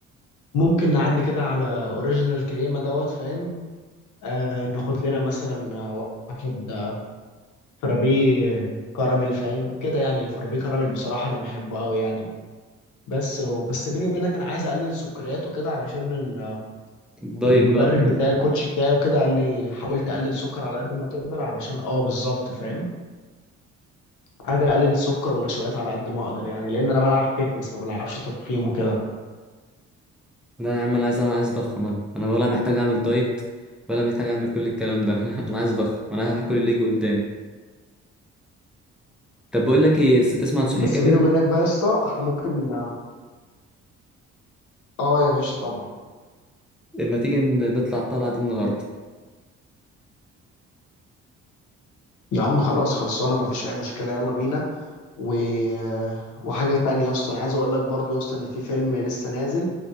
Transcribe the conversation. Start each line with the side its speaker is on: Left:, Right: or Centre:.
Left: ممكن نعدي كده على اوريجينال كريمه دوت فاهم آه ناخد لنا مثلا واحد فرابيه كراميل فاهم كده يعني فرابيه كراميل بصراحه انا بحبه قوي يعني بس بس بيني وبينك انا عايز اقلل السكريات وكده علشان ال-
Centre: الدايت
Left: المدرب
Centre: بقى وكده
Left: بتاعي الكوتش بتاعي وكده قال لي حاول تقلل سكر على قد ما تقدر علشان اه بالظبط فاهم عايز اقلل السكر ونشويات على قد ما اقدر يعني لان انا بلعب فيتنس ما بلعبش تضخيم وكده
Centre: لا يا عم انا عايز عايز اضخم انا انا ولا محتاج اعمل دايت ولا محتاج اعمل كل الكلام ده <laughs> انا عايز اضخم انا هاكل اللي يجي قدامي طب بقول لك ايه س- تسمع عن صبحي
Left: بس
Centre: كابر
Left: بيني وبينك بقى يا اسطى احنا ممكن اه آه يا باشا طبعا
Centre: لما تيجي ن- نطلع الطلعة دي النهاردة
Left: يا عم خلاص خلصانه ما فيش اي مشكله يلا بينا و... آه، وحاجه تانية يا اسطى انا عايز اقول لك برضو يا اسطى ان في فيلم لسه نازل